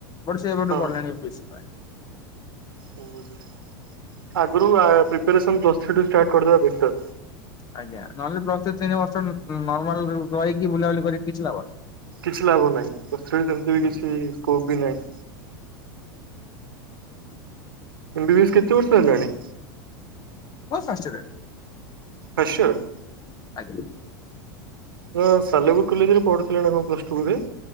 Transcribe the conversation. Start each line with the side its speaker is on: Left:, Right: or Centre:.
Left: ବଟ ସେ ଏପଟଠୁ
Right: ହଁ
Left: ପଢିଲାଣିି ୟୁ ପି ଏସ୍ ସି ପାଇଁ।
Right: <inaudible> ଆଗରୁ ଆ ପ୍ରିପାରେସନ୍ ପ୍ଲସ୍ ଥ୍ରୀ ଠୁ ଷ୍ଟାର୍ଟ କରିଦେବା ଵେଟର-
Left: ଆଜ୍ଞା ନହେଲେ ପ୍ଲସ୍ ଥ୍ରି ତିନି ବର୍ଷ ନ ନର୍ମାଲ କରିକି ବୁଲାବୁଲି କରିକି କିଛି ଲାଭ ନାହିଁ।
Right: କିଛି ଲାଭ ନାହିଁ ପ୍ଲସ ଥ୍ରି ରେ ସେମିତି ବି କିଛି ସ୍କୋପ ବି ନାହିଁ। ଏମ୍ ବି ବି ଏସ୍ କେତେ ବର୍ଷ ହେଲାଣି?
Left: <unintelligible>
Right: <unintelligible>
Left: ଅଜ୍ଞା।
Right: ହଁ ସାଲେପୁର କଲେଜରେ ପଢୁଥିଲ ନା କଣ ପ୍ଲସ ଟୁ ରେ?